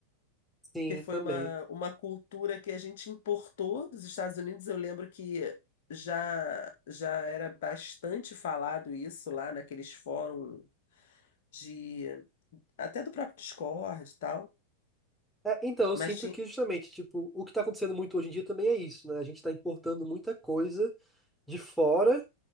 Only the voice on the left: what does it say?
que foi
uma, uma cultura que a gente importou dos Estados Unidos. Eu lembro que já já era bastante falado isso lá naqueles fóruns de até do próprio Discord e tal,
mas
ti-